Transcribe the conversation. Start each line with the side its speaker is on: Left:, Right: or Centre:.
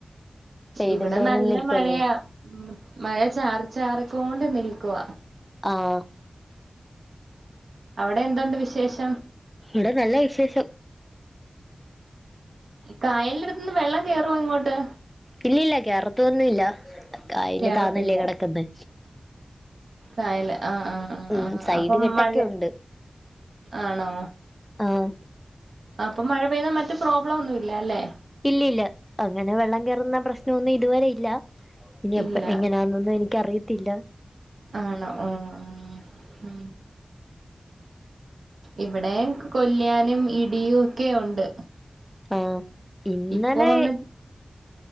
Centre: പൈതും
Right: ഇവിടെ
Centre: തോർന്ന്
Right: നല്ല
Centre: നിൽക്കല്ലേ.
Right: മഴയാ ഉം മഴ ചാറി ചാറിക്കൊണ്ട് നിൽക്കുവാ.
Centre: ആഹ്
Right: അവിടെ എന്തുണ്ട് വിശേഷം.
Centre: ഇവിടെ നല്ല വിശേഷം.
Right: കായലിന്റെ അടുത്തുന്ന് വെള്ളം കേറുവോ ഇങ്ങോട്ട്.
Centre: ഇല്ലല്ല കേറത്തൊന്നുംല്ല കായല്
Right: കേറത്തില്ല
Centre: താന്നല്ലേ കിടക്കന്നെ
Right: കായല് ആഹ് ആഹ്. ആഹ്
Centre: ഉം
Right: ആഹ്
Centre: സൈഡ്
Right: അപ്പം
Centre: കെട്ടൊക്കെ
Right: മഴ
Centre: ഉണ്ട്
Right: ആണോ.
Centre: ആഹ്
Right: അപ്പം മഴ പെയ്താ മറ്റ് പ്രോബ്ലം ഒന്നുല്ലല്ലേ.
Centre: ഇല്ല ഇല്ല അങ്ങനെ വെള്ളം കയറുന്ന പ്രശ്നംന്നും ഇതുവരെ ഇല്ല ഇനിയെപ്പ
Right: ഇല്ല
Centre: എങ്ങനാന്നൊന്നും എനി ക്കറിയത്തില്ല.
Right: ആണോ ആഹ് ആഹ് ഉം ഇവിടെയും കൊല്ലാനും ഇടിയും ഒക്കെ ഉണ്ട്.
Centre: ആഹ് ഇന്നലെ.
Right: ഇപ്പൊ ഒന്ന്